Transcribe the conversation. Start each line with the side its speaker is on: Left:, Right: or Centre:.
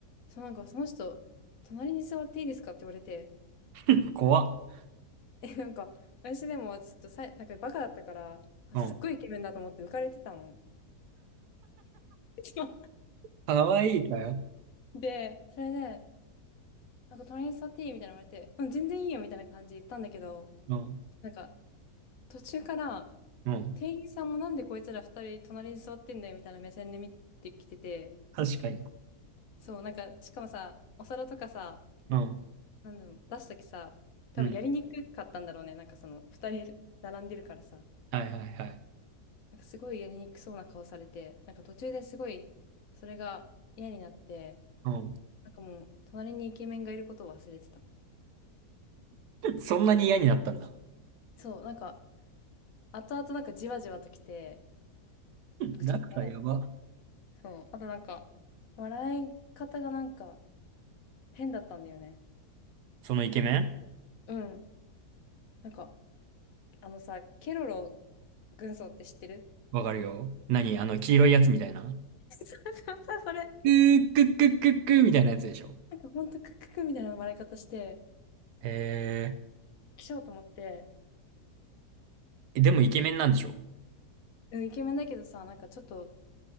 Left: そうなんかその人、隣に座っていいですかって言われて、
Right: <laughs> 怖っ。
Left: <laughs> なんか、私でもちょっとさい、なんかバカだったから、あすっごいイケメンだと思って浮かれてたの。
Right: うん。
Left: そ
Right: かわいいかよ。
Left: うで、それで、なんか隣に座っていいみたいなの言われて、うん、全然いいよみたいな感じで言ったんだけど、
Right: うん。
Left: なんか途中から
Right: うん。
Left: 店員さんもなんでこいつら二人隣に座ってんだよみたいな目線で見てきてて、
Right: 確かに。
Left: そう、なんかしかもさ、お皿とかさ、
Right: うん。
Left: なんだろう、出すときさ、多分やりにくかったんだろうね。
Right: うん。
Left: なんかその二人並んでるからさ。
Right: はいはいはい。
Left: なんかすごいやりにくそうな顔されて、なんか途中ですごい、それが嫌になって、
Right: うん。
Left: なんかもう、隣にイケメンがいることを忘れてた。
Right: <laughs> そんなに嫌になったんだ。
Left: そう、なんか、後々なんかじわじわと来て、なんかちょっと嫌だっ
Right: だからやば。
Left: た。そう。あとなんか、笑い方がなんか変だったんだよね。
Right: そのイケメン
Left: うん。なんか、あのさ、ケロロ軍曹って知ってる
Right: わかるよ。何あの黄色いやつみたいな。
Left: <laughs> そうそう、それ。
Right: くーくっくっくっくーみたいなやつでしょ。
Left: なんかほんとクックックみたいな笑い方して、
Right: へー
Left: 来ちゃおうと思って、
Right: え。でもイケメンなんでしょ
Left: うん、イケメンだけどさ、なんかちょっと